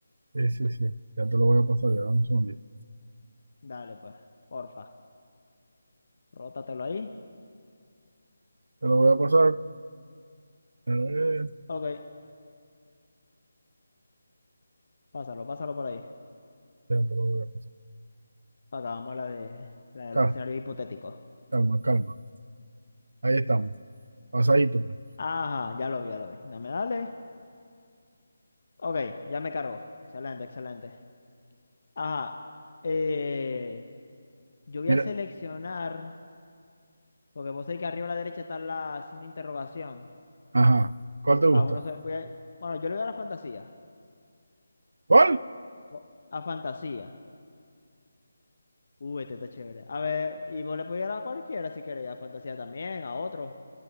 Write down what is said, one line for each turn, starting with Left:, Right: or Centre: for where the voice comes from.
Right: Sí, sí, sí. Ya te lo voy a pasar, ya dame un segundito.
Left: Dale, pues, porfa. Rótatelo ahí.
Right: Te lo voy a pasar. eh,
Left: Ok, pásalo, pásalo por ahí.
Right: ya te lo voy a pasar.
Left: Acabamos la de, la de
Right: Calma,
Left: los escenarios hipotéticos.
Right: calma, calma. Ahí estamos. Pasadito. pues.
Left: Ajá, ya lo vi, ya lo vi. Dame, dale. Ok, ya me cargó. Excelente, excelente. Ajá. Eh, yo voy
Right: Mira,
Left: a seleccionar, porque vos sabéis que arriba a la derecha está la signo de interrogación.
Right: ajá. ¿Cuál te gusta?
Left: Ah, uno se, voy a, bueno, yo le voy a la fantasía.
Right: ¿Cuál?
Left: O- A fantasía. Uy, este está chévere. A ver, y vos le podías dar a cualquiera si quería, a fantasía también, a otro.